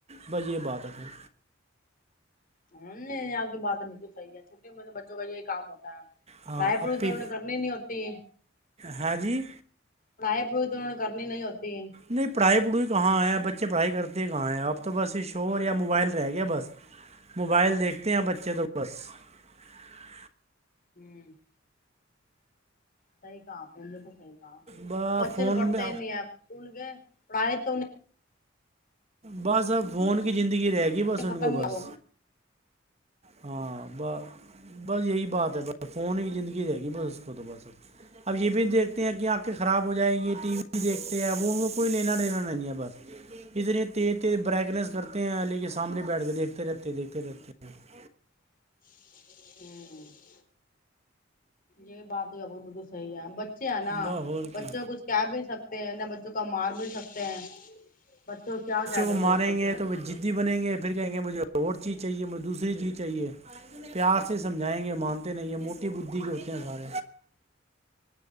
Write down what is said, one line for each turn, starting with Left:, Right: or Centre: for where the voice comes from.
Right: بس یہ بات ہے
Left: ا نہیں آ کے بعد صحیح ہے چھٹی بچوں کا یہی کام ہوتا ہے
Right: ہاں
Left: بھائی
Right: اب
Left: پڑھی تو
Right: بھی
Left: انہوں نے کرنی ہی نہیں ہوتی
Right: ہے جی
Left: پڑھائی پڑوئی تو انہ نے کرنی نہیں ہوتی ہے۔
Right: نہیں پڑھائی پڑھوئی کہاں آئے ہیں بچے پڑھائی کرتے ہیں کہاں ہے اب تو بس یہ شور یا موبائل رہ گیا بس موبائل دیکھتے ہیں بچے تو بس <unintelligible>
Left: ہوں <unintelligible> سح کا اپ ل تو سیح
Right: ب
Left: بچید
Right: فون
Left: بڑتا
Right: میں
Left: ن آپ ان گ پڑھائے تو نہیں <unintelligible>
Right: بس فون کے ج <unintelligible> گی رہے گی بسنت
Left: ختم
Right: کو بس
Left: ہی ہو
Right: ہاں <unintelligible> ب بس یہی
Left: ہوں
Right: بات ہے بس فون ہی زندگی رہے گی بس اس کو تو بس اب یہ بھی دیکھتے ہیں کہ آنکھیں خراب ہو جائیں گی ٹی وی دیکھتے ہیں وہ وہ کوئی لینا لینا نہیں ہے بس ادھر تز برائٹنیس کرتے ہیں ل کے سامنے بیٹھ کے دیکھتے رہتے دیکھتے رہتے ہی <unintelligible>
Left: ہوں <unintelligible> یہ بات یہ بالکل صحیح ہے بچے ہیں نا
Right: بس اور
Left: بچوں
Right: کیا
Left: کو کچھ کہہ بھی نہیں سکتے ہیں نہ بچوں کو مار بھی نہیں سکتے ہیں بچوں کو کیا کہ
Right: کو
Left: دو
Right: ماریں
Left: گے بچوں کو
Right: تو وہ ضدی بنیں گے پھر کہیں گے مجھے اور چیز چاہیے مجھے دوسری چیز چاہیے پیار سے سمجھائیں گے مان اتے نہیں موٹی بدھھی بھی اتے ہیں سار